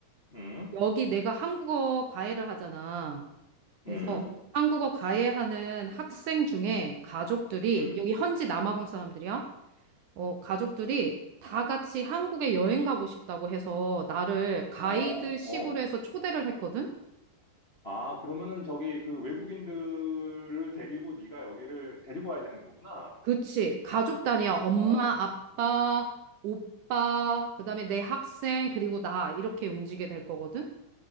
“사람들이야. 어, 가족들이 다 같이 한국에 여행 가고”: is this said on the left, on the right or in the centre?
Right